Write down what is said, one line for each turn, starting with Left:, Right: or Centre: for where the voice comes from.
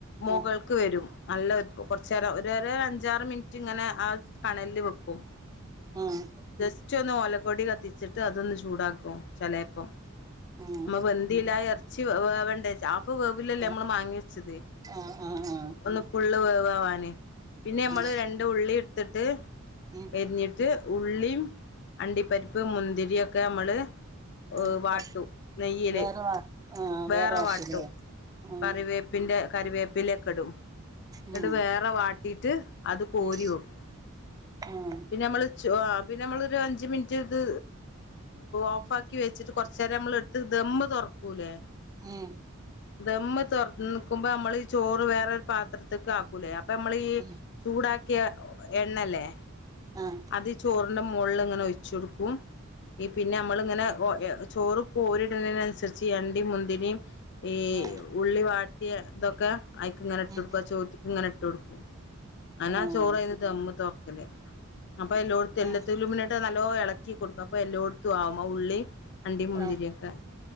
Left: മുകൾക്ക്
Right: ആഹ്
Left: വരും നല്ല ഒരു കുറച്ചേരംഒര് രെരെ അഞ്ചാറ് മിനിറ്റ് ഇങ്ങനെ ആ കണൽല് വെക്കും
Right: ആഹ്
Left: ജസ്റ്റ് ഒന്ന് ഓലക്കൊടി കത്തിച്ചിട്ട് അതൊന്ന് ചൂടാക്കും ചെലെപ്പം
Right: ഉം
Left: നമ്മ വെൻ ന്തിലാ ഇറച്ചി വേ വേവണ്ടേ ചാഫ് വേവില്ലല്ലേ
Right: ആഹ്
Left: നമ്മള് മാങ്ങി വെച്ചത്
Right: ആഹ് ആഹ് ആഹ്
Left: ഒന്ന് ഫുള്ള് വേവാവാന് പിന്നെ
Right: ഉം
Left: നമ്മള് രണ്ട് ഉള്ളിടുത്തിട്ട്
Right: ഉം
Left: ഞ്ഞിട്ട് ഉള്ളിയും അണ്ടിപ്പരിപ്പ് മുന്തിരി ഒക്കെമ്മള് ഓഹ്
Right: ഉം
Left: വാട്ടും
Right: പപ്
Left: നെയ്യില്
Right: വേറെ വാ ആഹ്
Left: വേറെവാട്ടും
Right: വേറെ വാർത്തല്ലേ ഉം
Left: കറിവേ പ്പിന്റെ കറിവേപ്പിലൊക്കെ ഇടും എന്നിട്ട്
Right: ഉം
Left: വേറെ വാട്ടിട്ട് അത്കോരിവെക്കും
Right: ഉം ഉം
Left: പിന്നെ നമ്മള് ചോ ആ പിന്നെ നമ്മളൊരു അഞ്ച് മിനിറ്റ് ഇത് ഓഫ് ആക്കി വെച്ചിട്ട് കൊറച്ചേരം നമ്മൾ എടുത്ത് ദംമ്മ് തുറക്കൂല്ലേ
Right: ഏഹ്
Left: ദംമ്മ് തുറക്കുമ്പോ നമ്മള് ചോറ് വേറെരു പാത്രത്ക് ആക്കൂലേ അപ്പൊ നമ്മളീ
Right: ഉം
Left: ചൂടാക്കിയ എണ്ണല്ലേ
Right: ആഹ്
Left: അത് ചോറിന്റെ മോൾല് ഇങ്ങനെ ഒഴിച്ഛ് കൊടുക്കും ഈ പിന്നെ നമ്മള് ഇങ്ങനെ ഒ ഏഹ് ചോറ് കോരിടുന്നതിനനുസരിച്ച് ഈ അണ്ടിം മുന്തിരിം ഈ
Right: ആഹ്
Left: ഉള്ളി വാട്ടിയതൊക്കെ അയിക്ക്ങ്ങനെ ഇട്ടൊടുക്കു
Right: ഉം
Left: ആ ചോറ്റ്ക്ക് ങ്ങനെ ഇട്ടൊടുക്കും ആനാ
Right: ആഹ്
Left: ചോറ് അയ്‌ന് ദംമ്മ് തൊർക്കല് അപ്പൊ എല്ലോടുത്തും എല്ലത്തിലും
Right: ആഹ്
Left: ഇട്ട് നല്ലോ ഇളക്കി കൊടുക്കും അപ്പൊ എല്ലോടുത്തും ആവും ആ ഉള്ളി അണ്ടി മുന്തിരിയൊക്കെ
Right: ആഹ്